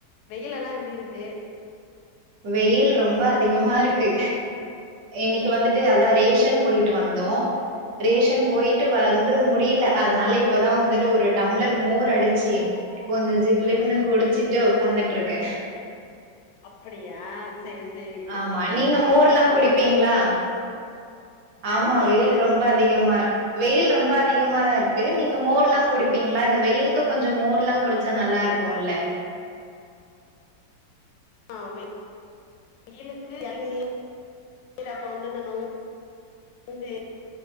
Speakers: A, on the left; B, on the right.
A: வெயில்லலா எப்டி இருக்கு
B: வெயில் ரொம்ப அதிகமா இருக்கு இன்னைக்கு வந்துட்டு அதான் ரேஷன் போயிட்டு வந்தோம் ரேஷன் போயிட்டு வந்து முடியல அதனால இப்பதான் வந்துட்டு ஒரு டம்ளர் மோர் அடிச்சி கொஞ்சம் ஜில்லுனு
A: ம்
B: குடிச்சுட்டு உக்காந்துட்டு இருக்கேன்
A: அப்படியா செரி செரி
B: ஆமா
A: வெயில்
B: நீங்க
A: தான்
B: மோர்ல்லா
A: ரொம்ப அதிகமா
B: குடிப்பீங்களா
A: இருக்கே ஆ
B: ஆமா
A: கேக்கல
B: வெயில் ரொம்ப அதிகமா வெயில் ரொம்ப அதிகமாதான் இருக்கு நீங்க மோர்லாம் குடிப்பீங்களா இந்த வெயிலுக்கு கொஞ்சம் மோர்லாம் குடு சோ நல்லா இருக்குல்ல
A: ஆ வே வெயிலுக்கு எளநீர் அப்பறோ வந்து இந்த நொங்கு நுங்கு